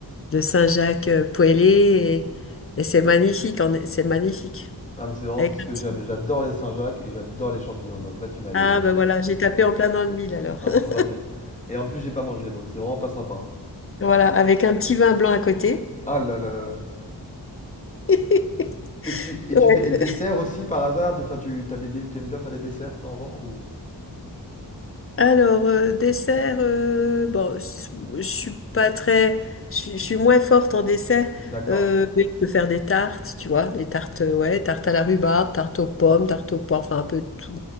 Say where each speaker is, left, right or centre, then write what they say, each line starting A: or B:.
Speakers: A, on the left; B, on the left.
A: de Saint-Jacques euh, poêlé, et, et c'est magnifique, en- c'est magnifique.
B: Ah mais c'est vraiment
A: Avec
B: tout ce
A: un
B: que
A: petit-
B: j'aime. J'adore les Saint-Jacques et j'adore les champignons. Donc là tu m'as eu,
A: Ah
B: hein, vraiment,
A: ben voilà,
B: sur
A: j'ai
B: ce
A: tapé
B: coup.
A: en plein dans le mille
B: <laughs>
A: alors.
B: Un
A: <laughs>
B: plat dans le mille. Et en plus j'ai pas mangé, donc c'est vraiment pas sympa. hein.
A: Voilà, avec un petit vin blanc à côté.
B: Ah là là là là.
A: <laughs>
B: Et tu, et tu
A: Ouais.
B: fais des desserts aussi par hasard? Tu- Enfin, tu, t'as des, dé- tu aimes bien faire des desserts de temps en temps ou?
A: Alors, euh, dessert, euh, bon, s- je suis pas très, je suis je suis moins forte en dessert,
B: D'accord.
A: euh, mais je peux faire des tartes, tu vois, des tartes, euh, ouais, tartes à la rhubarbe, tartes aux pommes, tartes au porc, enfin un peu tout